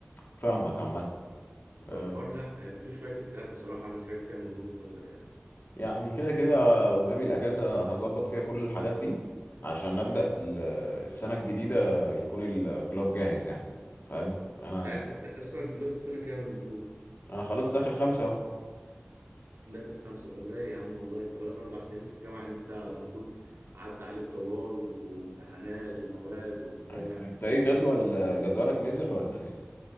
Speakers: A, on the left; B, on the right.
A: فاهمك عامة أه،
B: فالحوار لا هيبقى فيه شويه اجتهاد بصراحه انا شايف كده من وجهه نظري يعني
A: يعني كده كده قدامي الأجازة هظبط فيها كل الحاجات دي عشان أبدأ
B: امم
A: ال- السنة الجديدة يكون الكلاب جاهز يعني فاهم أنا
B: انت عايز
A: يعني
B: تفتح اصلا انت دلوقتي في سنه كام المفروض
A: أنا خلاص داخل خمسة أهو
B: داخل خمسه طب رايق يا عم والله انت بقالك اربع سنين في الجامعه ان انت المفروض عدى عليك تجارب وامتحانات ومواد وبتاع
A: عايز- أنت إيه جدول جدولك نزل ولا لسه؟